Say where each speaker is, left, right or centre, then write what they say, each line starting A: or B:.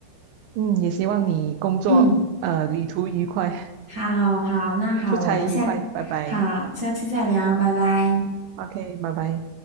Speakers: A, on the right; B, on the right.
A: 嗯，也希望你工作呃旅途愉快，
B: 嗯，好好，那好，
A: <laughs> 出差愉快，
B: 我们下，
A: 拜拜。
B: 好，下次再聊，拜拜。
A: OK，拜拜。